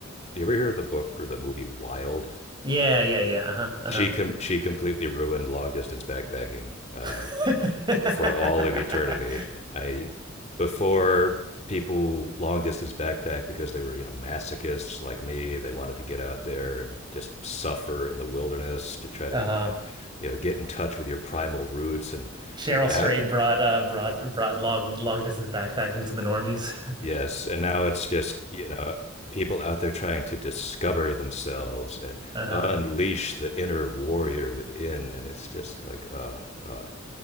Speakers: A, on the left; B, on the right.
A: you ever hear of the book or the movie Wild?
B: Yeah, yeah, yeah. Uh-huh.
A: She com- she completely ruined long distance backpacking uh,
B: Uh-huh.
A: for all of eternity.
B: <laughs>
A: I before people long distance backpack because they were you know masochists like me. They wanted to get out there and just suffer in the wilderness to try to
B: Uh-huh.
A: you know you know get in touch with your primal roots. And
B: Cheryl
A: a-
B: Strayed brought uh brought brought long long distance backpacking to the normies.
A: Yes, and now it's just, you know, people out there trying to discover themselves and
B: <laughs> uh-huh.
A: unleash the inner warrior within, and it's just like, uh, uh,